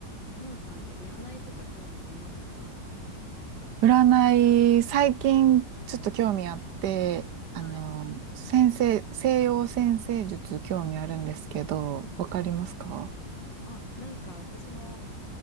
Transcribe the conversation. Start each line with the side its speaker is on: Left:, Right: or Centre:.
Left: ナナさんって占いとか興味ありますか
Right: 占い、最近ちょっと興味あって、あの、
Left: はい。
Right: 先生、西洋占星術興味あるんですけど、わかりますか
Left: あ、なんか私も、